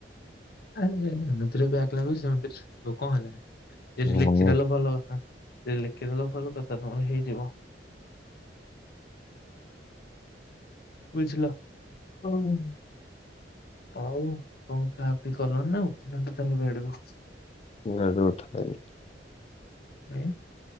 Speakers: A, on the left; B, on the left.
A: ଆରେ <unintelligible> ବ୍ୟାକ୍ ଲାଗିଚି ସେମିତିରେ <inaudible> କଣ ହେଲା ହେଟୁ ଯଦି
B: ହୁଁ।
A: ଲେଖିଦେଲ ଭଲ କଥା। ଯଦି ଲେଖିଦେଲ ଭଲ କଥା ତମର ହେଇଯିବ ବୁଝିଲ।
B: <inaudible>
A: ଆଉ କଣ ଖା ପି କଲଣି ନା ଉଠିନ ଟୋଟାଲି ବେଡ ରୁ ।
B: ବେଡ ରୁ <unintelligible>
A: ହୁଁ।